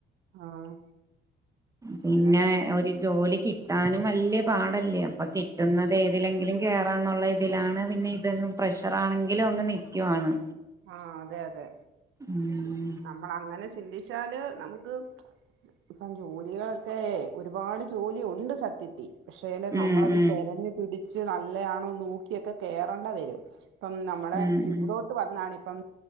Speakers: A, on the right; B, on the right.
A: ആഹ്
B: പിന്നെ
A: അങ്ങനെ
B: ഒരു ജോലി കിട്ടി കിട്ടാനും വലിയ പാടല്ലേ അപ്പൊ കിട്ടുന്നത് ഏതിലെങ്കിലും കേറാന്നുള്ള ഇതിലാണ് പിന്നെ ഇത് പ്രഷർ ആണെങ്കിലും അങ്ങ് നിൽക്കുവാണ്
A: ആഹ് അതെ അതെ
B: ഉം
A: നമ്മൾ അങ്ങനെ ചിന്തിച്ചാല് നമുക്ക് ഇപ്പം ജോലികളൊക്കെ ഒരുപാട് ജോലി ഉണ്ട് സത്യത്തിൽ പക്ഷേല് നമ്മളത്
B: ഉം ഉം
A: തിരഞ്ഞു പിടിച്ച് നല്ലയാണോ നോക്കിയൊക്കെ കേയറേണ്ട വരും ഇപ്പം നമ്മുടെ
B: ഉം
A: ഇവിടോട്ട്
B: ഉം
A: വ അപ്പം